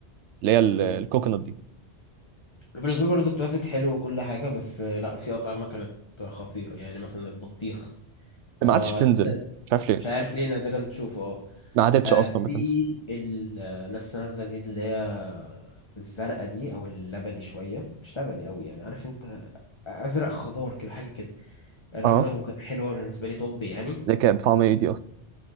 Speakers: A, on the right; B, on the left.
A: اللي هي ال-
B: امم
A: الكوكونات دي
B: بالنسبه لي برضه الكلاسيك حلو وكل حاجه بس آه، لا في اطعمه كانت خطيره يعني مثلا البطيخ
A: ما
B: هو
A: عادش بتنزل
B: نادراً-
A: مش عارف ليه
B: مش عارف ليه نادرا تشوفه آه.
A: ما عادتش
B: آه
A: اصلا
B: في
A: بتنزل
B: ال- آه، لسه نازله جديد اللي هي الزرقاء دي او اللبني شويه مش لبني قوي يعني عارف انت ازرق خضار كده حاجه كده رزه
A: اه
B: وك- حلوه بالنسبه لي طب يعني
A: اللي كانت بطعم ايه دي اصلا